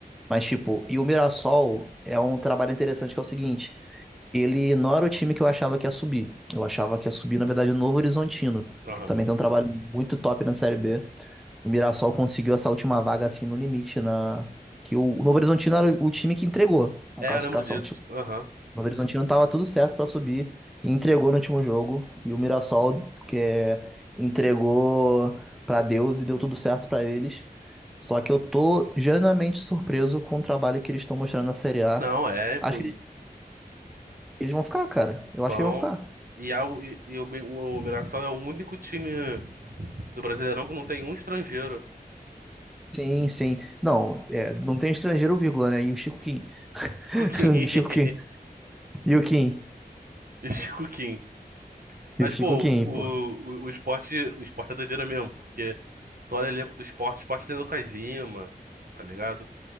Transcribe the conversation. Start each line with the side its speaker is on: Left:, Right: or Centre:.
Centre: mas tipo, e o Mirassol é um trabalho interessante que é o seguinte. Ele não era o time que eu achava que ia subir. Eu achava que ia subir, na verdade, o Novo Horizontino,
Right: Aham.
Centre: que também tem um trabalho muito top na Série B. O Mirassol conseguiu essa última vaga assim no limite na que o, o Novo Horizontino era o time que entregou a
Right: É,
Centre: classificação.
Right: eu lembro disso.
Centre: Tipo,
Right: Aham.
Centre: o Novo Horizontino tava tudo certo para subir e entregou no último jogo e o Mirassol que é, entregou para Deus e deu tudo certo para eles. Só que eu tô genuinamente surpreso com o trabalho que eles estão mostrando na Série A.
Right: Não, é, pô,
Centre: Acho que
Right: e
Centre: eles eles vão ficar, cara. Eu
Right: vão.
Centre: acho que eles vão ficar.
Right: E, a, e, e o, Mi- o Mirassol é o único time do Brasileirão que não tem um estrangeiro.
Centre: Sim, sim. Não, é, não tem estrangeiro, vírgula, né? E o Chico Kim. <laughs>
Right: Chico Kim.
Centre: O Chico Kim.
Right: <laughs>
Centre: E o Kim.
Right: Chico Kim.
Centre: E
Right: Mas,
Centre: o Chico
Right: pô,
Centre: Kim,
Right: o,
Centre: pô.
Right: o, o esporte, o esporte é doideira mesmo, porque tu olha o elenco do esporte, o esporte tem Lucas Lima, tá ligado?